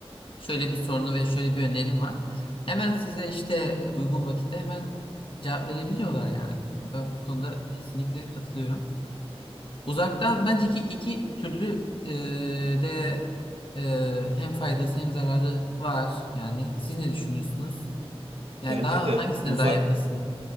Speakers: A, on the left; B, on the right.
A: Şöyle bir sorunu ve şöyle bir önerim var. Hemen size işte e, uygun vakitte hemen cevap verebiliyorlar yani. Ben bu konuda kesinlikle katılıyorum. Uzaktan bence iki, iki türlü e, de e, hem faydası hem zararı var. Yani siz ne düşünüyorsunuz? Yani
B: Bence
A: daha
B: de
A: hangisine
B: uzak
A: daha yakınsın?